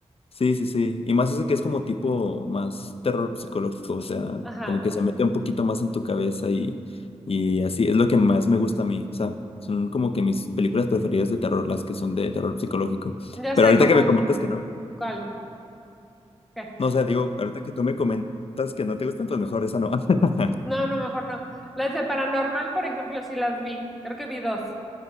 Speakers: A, on the left (about 55°); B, in the centre.
A: Sí, sí, sí. Y más ese que es como tipo más terror psicológico, o sea,
B: Ajá.
A: como que se mete un poquito más en tu cabeza y, y así es lo que más me gusta a mí. O sea, son como que mis películas preferidas de terror, las que son de terror psicológico.
B: Ya
A: Pero
B: sé
A: ahorita
B: cómo.
A: que me comentas
B: mm,
A: que no,
B: ¿Cuál? ¿Qué?
A: no, o sea, digo, ahorita que tú me comentas que no te gustan, pues mejor esa no. <laughs>
B: No, no, mejor no. Las de Paranormal, por ejemplo, sí las vi. Creo que vi dos.